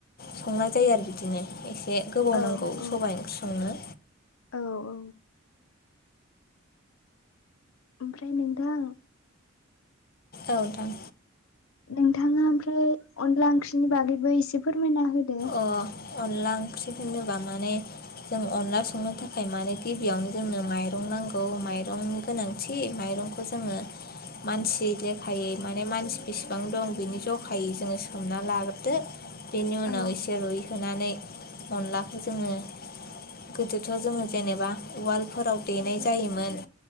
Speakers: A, on the left; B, on the left.
A: संनाय जायो आरो बिदिनो एसे गोबाव
B: औ
A: नांगौ
B: औ
A: सबायाइ ओंख्रि संनो।
B: औ औ। ओमफ्राय नोंथां
A: औ नथां
B: नोंथाङा ओमफ्राय अनला ओंख्रिनि बागैबो एसे फोरमायना होदो
A: अ अनला ओंख्रि होनोबा माने जों अनला संनो थाखाय मानो गिबियावनो जोंनो माइरं नांगौ माइरंनि गोनांथि माइरं खौ जोङो। मानसि लेखायै माने मानसि बेसेबां दं बिनि जखायै जोंङो सोमना लागोरदो बेनि उनाव
B: औ
A: एसे रुइहोनानै अनलाखौ जोङो गोदोथ' जोङो जेनेबा उवालफोराव देनाय जायोमोन।